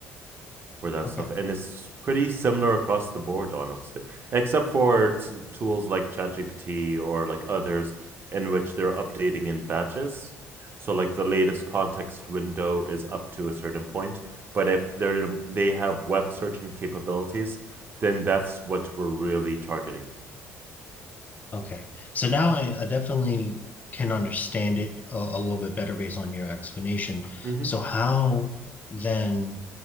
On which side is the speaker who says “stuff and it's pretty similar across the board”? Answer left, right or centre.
Right